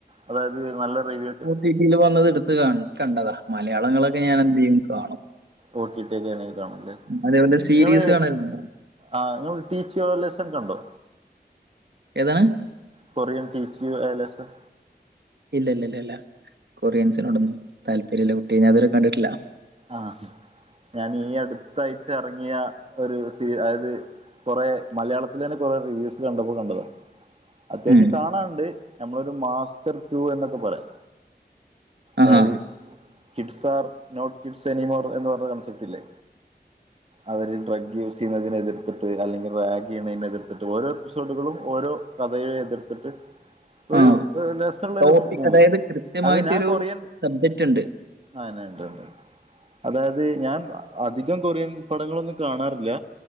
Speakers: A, on the right; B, on the right.
A: അതായത് നല്ല റിവ്യൂ ഒക്കെ
B: രീതീല് വന്നത് എടുത്ത് ക കണ്ടതാ മലയാളങ്ങളൊക്കെ ഞാൻ എന്തെയും കാണും
A: ഒ ടി ടി യിലൊന്നെക്കി കാണൂലേ
B: അതേപോലെ സീരീസ്
A: നിങ്ങള്
B: കാണലുണ്ട്
A: ആഹ് ഇങ്ങൾ ടീച്ചിയോലെസൻ കണ്ടോ
B: ഏതാണ്
A: കൊറിയൻ ടീച്ചിയോ ലെസൻ
B: ഇല്ല ഇല്ല ഇല്ല ഇല്ല കൊറിയൻസിനോടൊന്നും താല്പര്യമില്ല കുട്ടി ഞാൻ ഇതുവരെ കണ്ടിട്ടില്ല
A: ആഹ് ഞാൻ ഈ അടുത്തായിട്ട് ഇറങ്ങിയ ഒരു സി അതായത് കുറെ മലയാളത്തില് തന്നെ കുറെ റിവ്യൂസ് കണ്ടപ്പോ കണ്ടതാ അത്യാവശ്യം
B: ഉം.
A: കാണാനുണ്ട് നമ്മളൊരു മാസ്റ്റർ ടു എന്നൊക്കെ പറയാം
B: ആഹാ
A: tell kids are not kids anymore എന്ന് പറഞ്ഞ കൺസെപ്റ്റ് ഇല്ലേ അവര് ഡ്രഗ് യൂസ് ചെയ്യുന്നതിനെ എതിർത്തിട്ട് അല്ലെങ്കിൽ റാഗ് ചെയ്യുന്നതിനെ എതിർത്തിട്ട് ഓരോ എപ്പിസോഡുകളും ഓരോ കഥയെ എതിർത്തിട്ട് ഒരു
B: ആ
A: രസമുള്ള
B: ടോപ്പിക്
A: ഒരു മൂവി
B: അതായത് കൃത്യമായിട്ടൊരു
A: അത് ഞാൻ കൊറിയൻ
B: സബ്ജക്റ്റ് ഉണ്ട്
A: ആഹ് ഉണ്ട് ഉണ്ട് അതായത് ഞാൻ അധികം കൊറിയൻ പടങ്ങളൊന്നും കാണാറില്ല